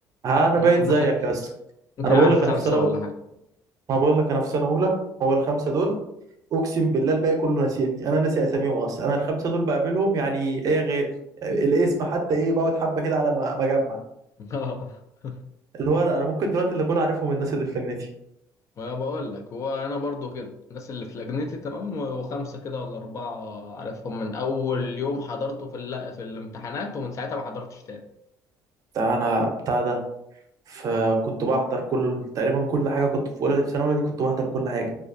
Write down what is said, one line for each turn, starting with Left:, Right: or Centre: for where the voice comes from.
Right: ها انا
Left: ممكن
Right: بقيت زيك
Left: مثلا
Right: يا اسطى
Left: ممكن
Right: انا
Left: اعرف
Right: بقول لك
Left: خمسه
Right: انا في سنه
Left: ولا حاجه
Right: ما بقول لك انا في سنه اولى هو الخمسه دول اقسم بالله الباقي كله ناسيني انا ناسي اساميهم اصلا انا الخمسه دول بقابلهم يعني ايه يا غالي الاسم حتى ايه بقعد حبه كده على ما ما اجمع
Left: <laughs>
Right: اللي هو انا ممكن دلوقتي اللي اكون عارفهم الناس اللي في لجنتي
Left: ما بقول لك هو انا برضو كده الناس اللي في لجنتي تمام و- وخمسه كده ولا اربعه عارفهم من اول يوم حضرته في الل- في الامتحانات ومن ساعتها ما حضرتش تاني
Right: ده انا بتاع ده فكنت بحضر كل تقريبا كل حاجه كنت في اولى في سنه اولى دي كنت بحضر كل حاجه